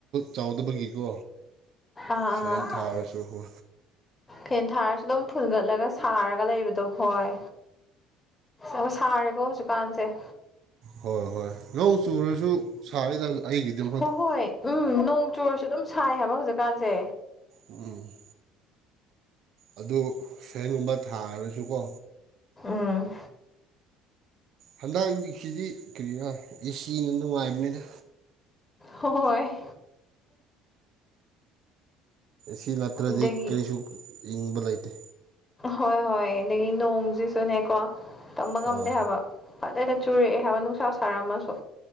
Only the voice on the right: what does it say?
ꯆꯥꯎꯗꯕꯒꯤꯀꯣ
ꯐꯖꯦꯟ ꯊꯥꯔꯁꯨ ꯍ
ꯍꯣꯏ ꯍꯣꯏ ꯅꯣꯡ ꯆꯨꯔꯁꯨ ꯁꯥꯔꯤꯗ ꯑꯩꯒꯤꯗꯤꯝ ꯐꯥꯎꯗꯤꯤ
ꯎꯝ ꯑꯗꯨ ꯁꯦꯟꯒꯨꯝꯕ ꯊꯥꯡ ꯍꯥꯏꯔꯁꯨꯀꯣ
ꯍꯟꯗꯛ ꯍꯧꯛꯁꯤꯗꯤ ꯀꯔꯤꯅ ꯑꯦꯁꯤꯅ ꯅꯨꯡꯉꯥꯏꯕꯅꯤꯅ
ꯁꯤ ꯅꯠꯇ꯭ꯔꯗꯤ
ꯀꯔꯤꯁꯨ ꯏꯪꯕ ꯂꯩꯇꯦ
ꯍꯣꯏ